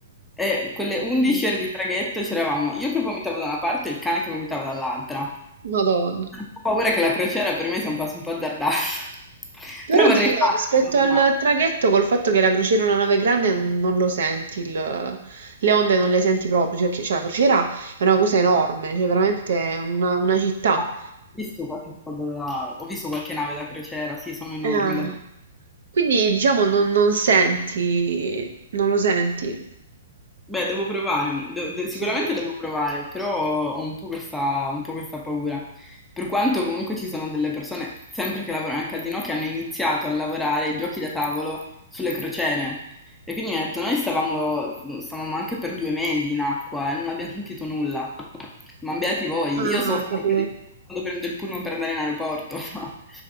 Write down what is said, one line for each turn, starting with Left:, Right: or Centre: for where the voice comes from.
Centre: E quelle 11
Right: Mm.
Centre: ore di traghetto c'eravamo io che vomitavo da una parte e il cane che vomitava dall'altra.
Right: Madonna.
Centre: Ho paura che la crociera per me sia un passo un po' azzardato. <laughs>
Right: Però
Centre: Però vorrei
Right: ti dirò,
Centre: farne
Right: rispetto al
Centre: una.
Right: traghetto, col fatto che la crociera è una nave grande, non non lo senti, il- le onde non le senti proprio, cioè, che- cioè, la crociera è una cosa enorme, cioè veramente è una, una città.
Centre: Ho visto qualche, foto da- ho visto qualche nave da crociera, sì, sono enormi
Right: Eh,
Centre: davvero.
Right: quindi diciamo non, non senti, non lo senti.
Centre: Beh, devo provare, de- de- sicuramente
Right: Sì.
Centre: devo provare, però ho un po' questa, un po' questa paura. Per quanto comunque ci sono delle persone, sempre che lavorano al casino, che hanno iniziato a lavorare ai giochi da tavolo sulle crociere. E quindi mi ha detto, noi stavamo, stavamo anche per due mesi in acqua e non abbiamo sentito nulla. Ma beati voi,
Right: Ah,
Centre: io soffro
Right: capì.
Centre: ancora di più quando prendo il pullman per andare in aeroporto. <laughs>